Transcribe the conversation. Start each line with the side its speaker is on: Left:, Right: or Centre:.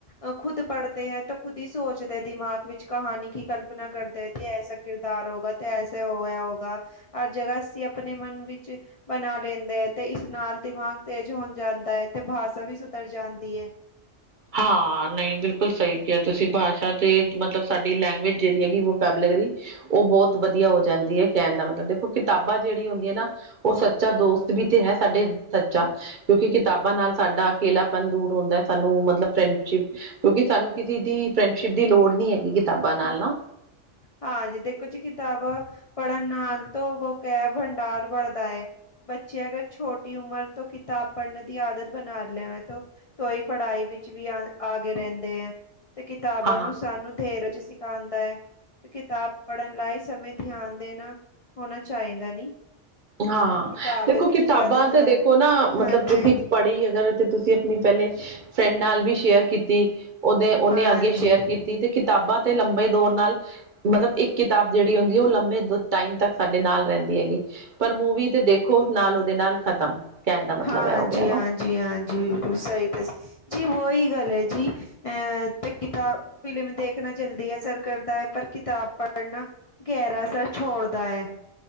Left: ਅ ਖੁਦ ਪੜ੍ਹਦੇ ਹੈ ਤਾਂ ਖੁਦ ਹੀ ਸੋਚਦੇ ਦਿਮਾਗ ਵਿੱਚ ਕਹਾਣੀ ਕੀ ਕਲਪਨਾ ਕਰਦਾ ਹੈ ਤੇ ਐ। ਕਿਰਦਾਰ ਹੋਗਾ ਤੇ ਐਸੇ ਹੋਇਆ ਹੋਊਗਾ ਹਰ ਜਗ੍ਹਾ ਅਸੀਂ ਆਪਣੇ ਮਨ ਵਿੱਚ ਬਣਾ ਲੈਂਦੇ ਹੈ ਤੇ ਇਸ ਨਾਲ ਦਿਮਾਗ ਤੇਜ਼ ਹੋਣ ਜਾਂਦਾ ਹੈ ਤੇ ਭਾਸ਼ਾ ਵੀ ਸੁਧਰ ਜਾਂਦੀ ਹੈ
Right: ਹਾਂ ਨਹੀਂ ਬਿਲਕੁਲ ਸਹੀ ਕਿਹਾ ਤੁਸੀਂ ਭਾਸ਼ਾ ਤੇ ਮਤਲਬ ਸਾਡੀ ਲੈਂਗੁਏਜ ਜਿਹੜੀ ਹੈਗੀ ਵੋਕੈਬਲੇਗਰੀ ਉਹ ਬਹੁਤ ਵਧੀਆ ਹੋ ਜਾਂਦੀ ਹੈ ਕਹਿਣ ਦਾ ਮਤਲਬ ਦੇਖੋ ਕਿਤਾਬਾਂ ਜਿਹੜੀ ਹੁੰਦੀਆਂ ਨਾ ਉਹ ਸੱਚਾ ਦੋਸਤ ਵੀ ਤੇ ਹੈ ਸਾਡੇ ਸੱਚਾ। ਕਿਉਂਕਿ ਕਿਤਾਬਾਂ ਨਾਲ ਸਾਡਾ ਅਕੇਲਾਪਨ ਦੂਰ ਹੁੰਦਾ, ਸਾਨੂੰ ਮਤਲਬ ਮਤਲਬ ਫਰੈਂਡਸ਼ਿਪ ਕਿਉਂਕਿ ਸਾਨੂੰ ਕਿਸੇ ਦੀ ਫਰੈਂਡਸ਼ਿਪ ਦੀ ਲੋੜ ਨੀ ਹੈਗੀ ਕਿਤਾਬਾਂ ਨਾਲ ਨਾ।
Left: ਹਾਂਜੀ ਦੇਖੋ ਜੀ ਕਿਤਾਬ ਪੜ੍ਹਨ ਨਾਲ ਤੋਂ ਬੁਕ ਹੈ ਭੰਡਾਰ ਬਣਦਾ ਹੈ ਬੱਚੇ ਅਗਰ ਛੋਟੀ ਉਮਰ ਤੋਂ ਤਾਂ ਪੜ੍ਹਨ ਦੀ ਆਦਤ ਬਣਾ ਲਿਆ ਤੋਂ ਹੀ ਪੜ੍ਹਾਈ ਵਿੱਚ ਵੀ ਆ ਆ ਗਏ ਰਹਿੰਦੇ ਹੈ ਤੇ ਕਿਤਾਬਾਂ
Right: ਹਾਂ।
Left: ਨੂੰ ਸਾਨੂੰ ਧੀਰਜ ਸਿਖਾਉਂਦਾ ਹੈ। ਕਿਤਾਬ ਪੜ੍ਹਨ ਲਾ ਸਮੇਂ ਧਿਆਨ ਦੇਣਾ ਹੋਣਾ ਚਾਹੀਦਾ ਨੀ
Right: ਹਾਂ
Left: ਕਿਤਾਬ
Right: ਦੇਖੋ
Left: ਵਿੱਚ
Right: ਕਿਤਾਬਾਂ
Left: ਜ਼ਿਆਦਾ
Right: ਤਾਂ
Left: ਧਿਆਨ
Right: ਦੇਖੋ ਨਾ ਮਤਲਬ
Left: ਹਾਂਜੀ
Right: ਤੁਸੀਂ ਪੜ੍ਹੀ ਅਗਰ ਤੇ ਤੁਸੀਂ। ਆਪਣੀ ਪਹਿਲੇ ਫਰੈਂਡ ਨਾਲ ਵੀ ਸ਼ੇਅਰ ਕੀਤੀ ਉਹਦੇ ਉਹਨੇ
Left: ਹਾਂਜੀ
Right: ਅੱਗੇ ਸ਼ੇਅਰ ਕੀਤੀ। ਤੇ ਕਿਤਾਬਾਂ ਤੇ ਲੰਬੇ ਦੌਰ ਨਾਲ ਮਤਲਬ ਇੱਕ ਕਿਤਾਬ ਜਿਹੜੀ ਹੁੰਦੀ ਉਹ ਲੰਬੇ ਦ ਟਾਈਮ ਤੱਕ ਸਾਡੇ ਨਾਲ ਰਹਿੰਦੀ ਹੈਗੀ, ਪਰ ਮੂਵੀ ਤੇ ਦੇਖੋ ਨਾਲ ਉਹਦੇ ਨਾਲ ਖ਼ਤਮ। ਕਹਿਣ ਦਾ ਮਤਲਬ
Left: ਹਾਂਜੀ,
Right: ਇਹ ਹੋ ਗਿਆ ਨਾ
Left: ਹਾਂਜੀ। ਜੀ ਹਾਂਜੀ ਬਿਲਕੁਲ ਸਹੀ ਤਾਂ ਜੀ ਉਹੀ ਗੱਲ ਹੈ ਜੀ ਅ ਇੱਕ ਕੀਤਾ ਫਿਲਮ ਦੇਖਣਾ ਜਲਦੀ ਅਸਰ ਕਰਦਾ ਹੈ ਪਰ ਕਿਤਾਬ ਪੜ੍ਹਨਾ ਗਹਿਰਾ ਅਸਰ ਛੋੜਦਾ ਹੈ।